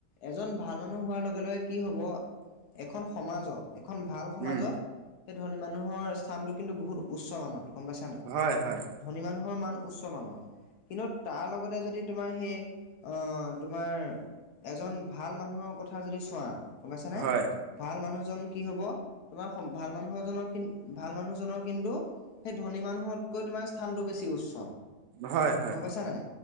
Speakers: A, on the left; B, on the right.
A: এজন ভাল মানুহ হোৱাৰ লগে লগে কি হ'ব, এখন সমাজত এখন ভাল সমাজত,
B: উম,
A: সেই ধনী মানুহৰ স্থানটো কিন্তু বহুত উচ্চ মানত, গম পাইছা নাই?
B: হয় হয়।
A: ধনী মানুহৰ মান উচ্চ মান, কিন্তু তাৰ লগতে যদি তোমাৰ সেই, অহ তোমাৰ এজন ভাল মানুহৰ কথা যদি চোৱা। গম পাইছানে?
B: হয়
A: ভাল মানুহজন কি হ'ব, তোমাৰ ভাল মানুহ এজনৰ কিন, ভাল মানুহজনৰ কিন্তু সেই ধনী মানুহতকৈ তোমাৰ স্থানটো বেছি উচ্চ।
B: হয় হয়
A: গম পাইছা নাই?